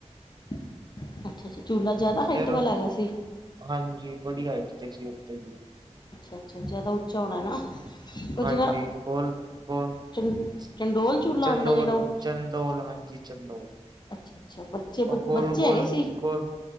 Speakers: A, on the left; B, on the right.
A: ਅੱਛਾ ਅੱਛਾ ਝਉਲਾ ਜਿਆਦਾ ਹਾਈਟ
B: ਫੇਰ
A: ਵ ਲ ਹੈਗਾ ਸੀ
B: ਹਾਂਜੀ ਵਧਿਆ <unintelligible> ਤੇ ਸੀ ਉੱਥੇ
A: ਅੱਛਾ -ਅੱਛਾ ਜਿਆਦਾ ਉੱਚਾ ਹੋਣਾ ਨਾ। ਉਹ ਜਿਹੜਾ
B: ਹਾਂਜੀ ਭੂਗੋਲ ਭੂਗੋਲ
A: ਚੰ
B: <inaudible>
A: ਚੰਡੋਲ ਚੂਲਾ
B: ਚੰਡੋਲ
A: ਹੁੰਦਾ ਜਿਹੜਾ ਉੱਚ
B: ਚੰਡੋਲ ਹਾਂਜੀ। ਚੰਡੋਲ
A: ਅੱਛਾ ਅੱਛਾ ਬੱਚੇ
B: ਉਹ ਗੋਲ
A: ਬੱਚੇ
B: ਗੋਲ
A: ਹੈਗੇ ਸੀ
B: ਗੋਲ